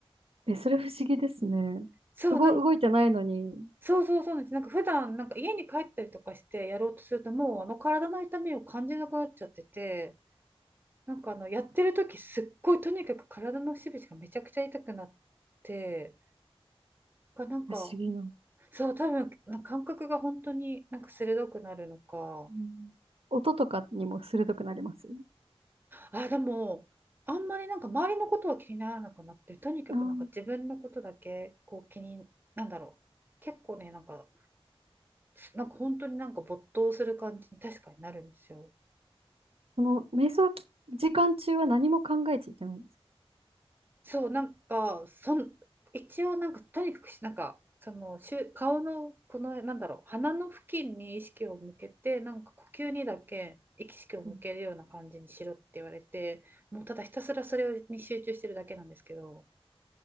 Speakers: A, on the right (about 70°); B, on the right (about 20°).
A: え、それ不思議ですね。
B: そう、
A: 動、
B: なん
A: 動いてないのに、
B: そうそうそうなんです。なんか普段なんか家に帰ったりとかしてやろうとすると、もうあの体の痛みを感じなくなっちゃってて、なんかあのやってる時すっごいとにかく体の節々がめちゃくちゃ痛くなって
A: あ
B: がなんか
A: 不思議な。
B: そう多分なんか感覚が本当になんか鋭くなるのか
A: うん音とかにも鋭くなります。
B: あでもあんまりなんか周りのことは気にならなくなってとにかくなんか自分のことだけこう気になんだろう結構ねなんか
A: あー
B: なんか本当になんか没頭する感じに確かになるんですよ。
A: その、瞑想き時間中は何も考えちゃいけないんですか
B: そう、なんか、そん、一応、なんか、とにかくし、なんか、その、しゅ、顔の、この、なんだろう、鼻の付近に意識を向けて、なんか、呼吸にだけ意識を向けるような感じにしろって言われて、
A: う
B: もう、ただひたすらそれに集中してるだけなんですけど、